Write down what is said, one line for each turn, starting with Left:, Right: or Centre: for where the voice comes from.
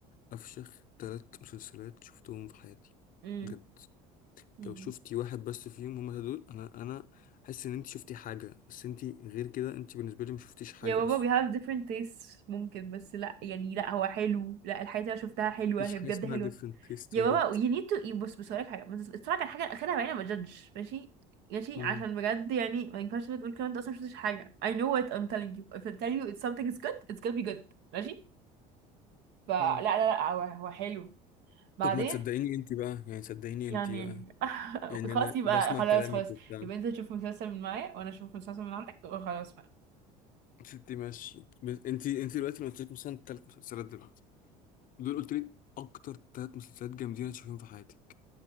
Left: أفشخ تلات مسلسلات شفتهم في حياتي
Right: امم
Left: بجد
Right: امم.
Left: لو شفتي واحد بس فيهم هما التلاتة دول أنا أنا حاسس إن أنت شفتي حاجة بس أنت غير كده أنت بالنسبة لي مشفتيش حاجة
Right: يا بابا
Left: أصلا
Right: we have different tastes ممكن بس لا يعني لا هو حلو لا الحاجات اللي انا شفتها حلوة
Left: مفيش
Right: هي
Left: حاجة
Right: بجد
Left: اسمها
Right: حلوة
Left: different taste
Right: يا
Left: بجد
Right: بابا you need to بص بص هقولك حاجة بس اتفرج على الحاجة الأخيرة بعدين ما تجدش ماشي ماشي
Left: مم.
Right: عشان بجد يعني ما ينفعش تقول كده انت اصلا مشفتش حاجة I know what I'm telling you if I tell you it's something is good it's gonna be good ماشي فلا
Left: مم.
Right: لا لا هو هو حلو بعدين
Left: طب ما تصدقيني انت بقى يعني صدقيني
Right: يعني
Left: انت بقى
Right: <laughs>
Left: يعني
Right: خلاص
Left: انا
Right: يبقى
Left: بسمع
Right: خلاص
Left: كلامك
Right: خلاص
Left: وبتاع
Right: يبقى انت تشوف مسلسل من معايا وانا اشوف مسلسل من عندك وخلاص بقى
Left: ستي ماشي بس انت انت دلوقتي لو قلت لك مثلا ثلاث مسلسلات دلوقتي دول قلت لي اكتر ثلاث مسلسلات جامدين هتشوفيهم في حياتك